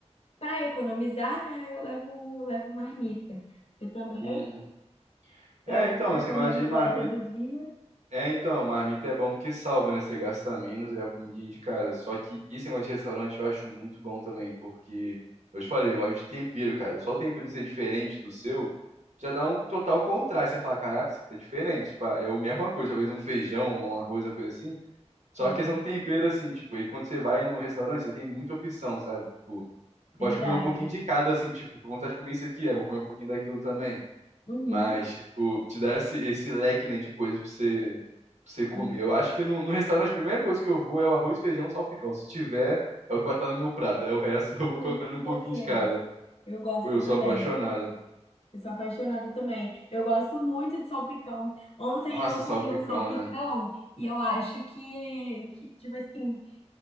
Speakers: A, on the left (about 60°); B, on the right (about 80°).
A: para economizar, né, eu levo, levo marmita. Eu também,
B: Uhum. É,
A: para
B: então,
A: ficar
B: esse
A: comendo
B: negócio de
A: fora
B: marmita.
A: todo dia,
B: É, então, marmita é bom porque salva, né? Você gasta menos, leva comidinha de casa. Só que esse negócio de restaurante eu acho muito bom também, porque. Eu te falei, negócio de tempero, cara. Só o tempero ser diferente do seu já dá um total contraste. Você fala, caraca, isso aqui tá diferente. Pá, é a mesma coisa, talvez um feijão, um arroz, uma coisa assim. Só
A: é
B: a questão do tempero, assim, tipo, e quando você vai num restaurante, você tem muita opção, sabe? Tipo, você
A: verdade.
B: pode comer um pouquinho de cada, assim, tipo, tô com vontade de comer isso aqui, ah, vou comer um pouquinho daquilo também.
A: Uhum.
B: Mas, tipo, te dá esse, esse leque, né, de coisas pra você, pra você comer.
A: Sim,
B: Eu acho que no, no restaurante a primeira coisa que eu vou é o arroz, feijão, salpicão. Se tiver, é o que vai estar no meu prato. Aí o resto <laughs> eu vou
A: isso
B: colocando
A: é muito
B: um
A: bom
B: pouquinho
A: mesmo.
B: de cada.
A: Eu gosto
B: Pô, eu
A: também.
B: sou apaixonado.
A: Eu sou apaixonada também. Eu gosto muito de salpicão. Ontem
B: Nossa,
A: eu comi
B: salpicão,
A: um salpicão
B: né?
A: e eu acho que, que tipo assim,